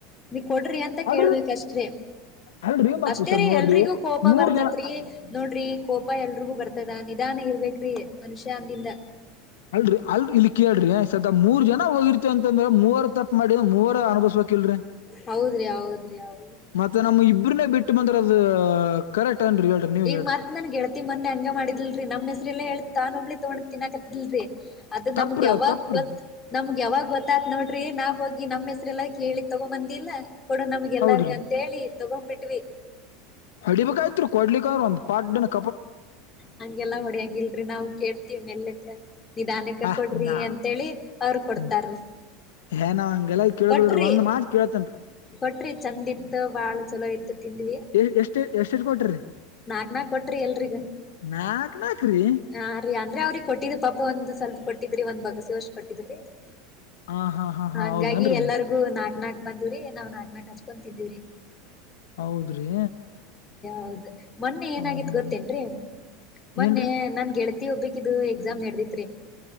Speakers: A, on the left; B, on the left.
A: ನೀ ಕೊಡ್ರಿ ಅಂತ ಕೇಳ್ಬೇಕಷ್ಟ್ರೀ.
B: ಅಲ್ರಿ ಅಲ್ರಿ ಮತ್
A: ಅಷ್ಟೇ
B: ಸದ್
A: ರೀ
B: ನೋಡ್ರಿ
A: ಎಲ್ರಿಗೂ ಕೋಪ
B: ಮೂರ್
A: ಬರ್ತತ್ರಿ
B: ಜನ
A: ನೋಡ್ರಿ ಕೋಪ ಎಲ್ರಿಗೂ ಬರ್ತತ್. ತದ ನಿಧಾನ ಇರ್ಬೇಕ್ರಿ ಮನುಷ್ಯನ್ದಿಂದ.
B: ಅಲ್ರಿ ಅಲ್ ಇಲ್ ಕೇಳ್ರಿ ಸದ ಮೂರ್ ಜನ ಹೋಗಿರ್ತೀವ್ ಅಂತಂದ್ರ ಮೂವರು ತಪ್ ಮಾಡಿವ್ ಮೂವರ ಅನುಭಸ್ಬೇಕ್. ಕಿಲ್ರಿ
A: ಹೌದ್ರಿ ಹೌದ್ರಿ ಹೌದ್
B: ಮತ್ತೆ ನಮ್ ಇಬ್ರುನ್ನೇ. ಬಿಟ್ ಬಂದುರದು ಕರೆಕ್ಟ್ ಏನ್ರಿ ಹೇಳ್ರಿ ನೀವೇ
A: ಈಗ
B: ಹೇಳ್ರಿ.
A: ಮತ್ತ್ ನನ್ ಗೆಳತಿ ಮೊನ್ನೆ ಹಂಗೆ ಮಾಡಿದುಳ್ರಿ ನಮ್ಮ್ ಹೆಸ್ರೇಲ್ಲಾ ಹೇಳಿ ತಾನೊಬ್ಳೆ ತಗೊಂಡ್ ತಿನ್ನಾಕತೀದುಳ್ರಿ. ಅದು
B: ತಪ್ಪ್ರಿ
A: ನಮಗ್ ಯಾವಾಗ್
B: ಅದ್ ತಪ್ಪ್ರಿ
A: ಗೊತ್ ನಮಗ್ ಯಾವಾಗ್ ಗೊತ್ತಾತ್ ನೋಡ್ರಿ ನಾವ್ ಹೋಗಿ ನಮ್ ಹೆಸ್. ಎಲ್ಲಾ ಕೇಳಿ ತಗೊಂಬಂದಿ ಇಲ್ಲಾ ಕೊಡು ನಮಗೆಲಾರ್ಗು
B: ಹೌದ್ರಿ
A: ಅಂತ್ ಹೇಳಿ ತಗೊಂಬಿಟ್ವಿ.
B: ಹೊಡಿಬೇಕೈತ್ರಿ ಕೊಡ್ಲಿಕಂದ್ರು ಒಂದ್ ಪಡಾನಾಗ್.
A: ಹಂಗೆಲ್ಲ ಹೊಡಿಯಾಗಿಲ್ರಿ ನಾವ್ ಕೇಳ್ತೀವ್ ಮೆಲುಕ. ನಿಧಾನುಕ
B: ಆ
A: ಕೊಡ್ರಿ
B: ನಾ
A: ಅಂತೇಳಿ ಅವ್ರ್ ಕೊಡ್ತಾರ್ರಿ.
B: ನಾ- ಏ ನಾವ್ ಹಂಗೆಲ್ಲ ಕೇಳದ್
A: ಕೊಟ್ರಿ
B: ಬಿಡ್ರಿ ಒಂದ್ ಮಾತ್ ಕೇಳ್ತೇನ್ರಿ
A: ಕೊಟ್ರಿ ಚಂದ್ ಇತ್ತು ಬಾಳ ಚಲೋ ಇತ್ತು. ತಿಂದ್ವಿ
B: ಎ ಎಷ್ಟು ಎಷ್ಟ್ ಎಷ್ಟ್ ಕೊಟ್ರುರಿ.
A: ನಾಕ್ ನಾಕ್ ಕೊಟ್ರಿ ಎಲ್ರಿಗು
B: ನಾಕ್ ನಾಕ್ರಿ
A: ಹಾ ರೀ. ಅಂದ್ರೆ ಅವ್ರಿಗ್ ಕೊಟ್ಟಿದೆ ಒಂದ್ ಸೋಲ್ಪ್ ಕೊಟ್ಟಿದ್ರಿ ಒಂದ್ ಬಗಿಸೇ ವಾಷ್ಟ ಕೊಟ್ಟಿದ್ರಿ.
B: ಹಾ ಹಾ ಹಾ ಹಾ
A: ಹಂಗಾಗಿ
B: ಹೌದನ್ರಿ
A: ಎಲ್ಲರ್ಗು ನಾಕ್ ನಕ್ ಬಂದ್ವು ರೀ ನಾವ್ ನಾಕ್ ನಕ್ ಹಂಚ್ಕೊಂಡ್ ತಿಂದುವ್ ರೀ.
B: ಹೌದ್ರಿ.
A: ಹೌದ ಮೊನ್ನೆ ಏನಾಗಿತ್
B: ಹಾ ಹಾ
A: ಗೊತ್ತೇನ್ರೀ
B: ಹಾ.
A: ಮೊನ್ನೆ.
B: ಏನ್ರಿ
A: ನನ್ ಗೆಳತಿ ಹೋಬೇಕಿದು ಎಕ್ಸಾಮ್ ನೆಡ್ದಿತ್ರಿ.